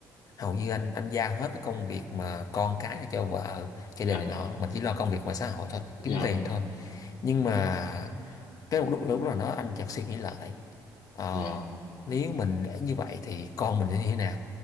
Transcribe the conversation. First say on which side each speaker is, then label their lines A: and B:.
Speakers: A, on the left; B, on the left.
A: hầu như anh anh giao hết cái công việc mà con cái cho vợ gia
B: dạ
A: đình này nọ mình chỉ lo công việc ngoài xã hội thôi kiếm
B: dạ
A: tiền thôi nhưng mà cái lúc lúc là nó anh chợt suy nghĩ lại ờ,
B: dạ
A: nếu mình để như vậy thì con mình sẽ như thế nào